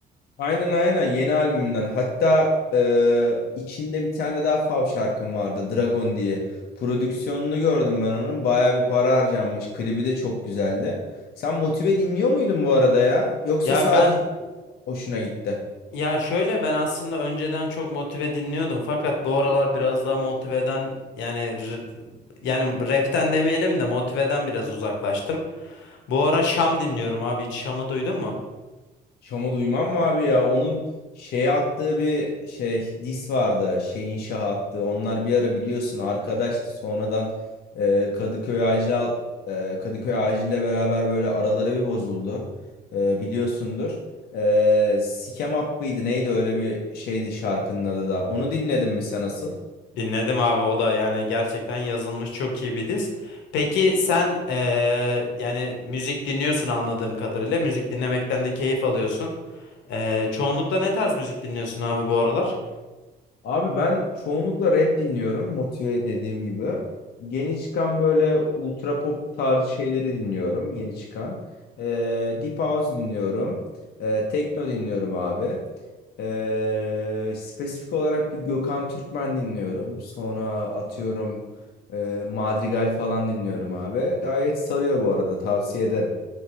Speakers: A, on the left; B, on the left.
A: Aynen aynen yeni albümden. Hatta e, içinde bir tane daha fav şarkım vardı Dragon diye. Prodüksiyonunu gördüm ben onun. Baya bir para harcanmış. Klibi de çok güzeldi. Sen Motive dinliyor muydun bu arada ya? Yoksa
B: Ya
A: sadece
B: ben
A: hoşuna gitti?
B: ya şöyle ben aslında önceden çok Motive dinliyordum fakat bu aralar biraz daha Motive'den yani r- yani rapten demeyelim de Motive'den biraz uzaklaştım. Bu ara Şam dinliyorum abi hiç Şam'ı duydun mu?
A: Şam'ı duymam mı abi ya? Onun şey attığı bir şey dis vardı. Şeyin şah attı. Onlar bir ara biliyorsun arkadaştı. Sonradan e, Kadıköy Acil e, Kadıköy Acil'le beraber böyle araları bir bozuldu. E, biliyorsundur. E, Sikem Up mıydı neydi öyle bir şeydi şarkının adı da. Onu dinledin mi sen asıl?
B: Dinledim abi o da yani gerçekten yazılmış çok iyi bir diz. Peki sen eee, yani müzik dinliyorsun anladığım kadarıyla. Müzik dinlemekten de keyif alıyorsun. Eee, çoğunlukla ne tarz müzik dinliyorsun abi bu aralar?
A: Abi ben çoğunlukla rap dinliyorum. Motive dediğim gibi. Yeni çıkan böyle ultra pop tarzı şeyleri dinliyorum. Yeni çıkan. Ee, Deep House dinliyorum. Ee, Tekno dinliyorum abi. Ee, spesifik olarak bir Gökhan Türkmen dinliyorum. Sonra atıyorum e, Madrigal falan dinliyorum abi. Gayet sarıyor bu arada. Tavsiye ederim.